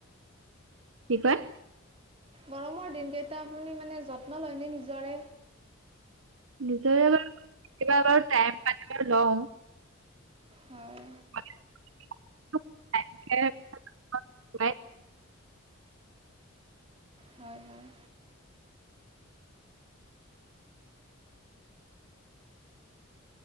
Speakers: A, on the right; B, on the right.
A: কি কয়?
B: গৰমৰ দিনকেইটা আপুনি মানে য যত্নলৈনে নিজৰে?
A: নিজৰে বাৰু কিবা এটা বাৰ টাইম পতিবাৰ লওঁ।
B: হয়।
A: <unintelligible>
B: হয়-হয়।